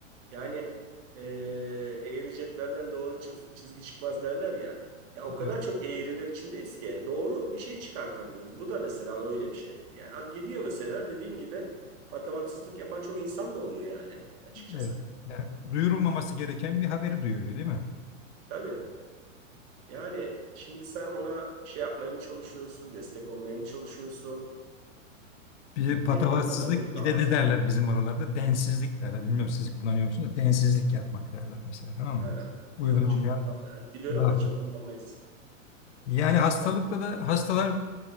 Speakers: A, on the right; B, on the left.
A: Yani e, eğri cetvelden doğru çiz- çizgi çıkmaz derler ya. Ya o kadar
B: Evet.
A: çok eğriler içindeyiz ki doğru bir şey çıkartamıyoruz. Bu da mesela öyle bir şey. Yani hadi gidiyor mesela dediğin gibi patavatsızlık yapan çok insan da oluyor yani açıkçası.
B: Evet. Yani duyurulmaması gereken bir haberi duyuruyor değil mi?
A: Tabii. Yani şimdi sen ona şey yapmaya mı çalışıyorsun, destek olmaya mı çalışıyorsun?
B: Bir de patavatsızlık
A: Ne bileyim adamın
B: bir
A: rahat.
B: de ne derler bizim oralarda? Densizlik derler. Bilmiyorum siz kullanıyor musunuz da densizlik yapmak derler mesela tamam
A: Ha,
B: mı yani? Uygun
A: yok
B: olmayan
A: çok kullanma. yani biliyorum
B: laf
A: da çok
B: mı?
A: kullanmayız.
B: Yani hastalıkla
A: İster
B: da hastalar